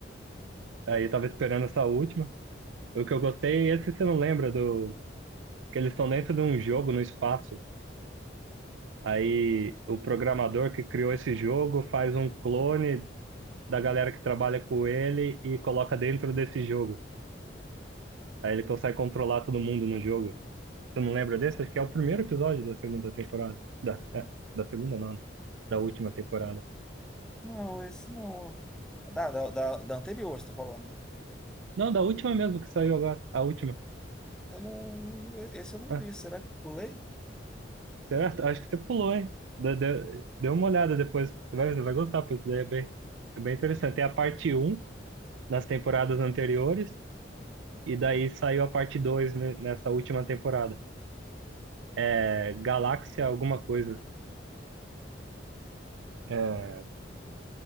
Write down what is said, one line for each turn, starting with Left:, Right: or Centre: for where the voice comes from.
Right: Aí tava esperando essa última. O que eu gostei, é esse você não lembra do. Que eles estão dentro de um jogo no espaço. Aí o programador que criou esse jogo faz um clone da galera que trabalha com ele e coloca dentro desse jogo. Aí ele consegue controlar todo mundo no jogo. Você não lembra desse? Acho que é o primeiro episódio da segunda temporada. Da, é, da segunda não, né? da última temporada.
Centre: Não, esse não. Da, da, da, da anterior, você está falando.
Right: Não, da última mesmo que saiu agora, a última.
Centre: Eu não, esse eu não
Right: Ah,
Centre: vi. Será que pulei?
Right: certo? Acho que você pulou, hein? Dê, dê, dê uma olhada depois, você vai, você vai gostar, porque isso daí é bem, é bem interessante. Tem a parte um nas temporadas anteriores, e daí saiu a parte 2 ne- nessa última temporada. É Galáxia alguma coisa. É,